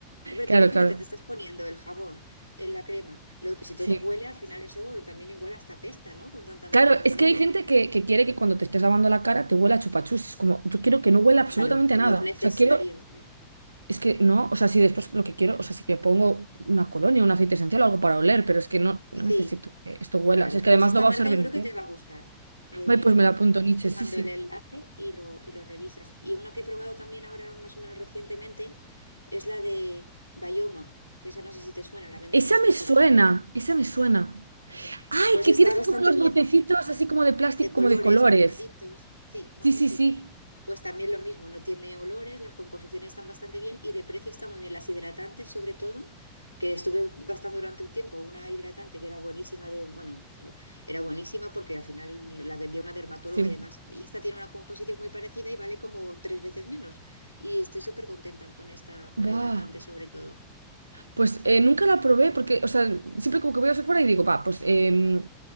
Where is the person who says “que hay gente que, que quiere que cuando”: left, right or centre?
Right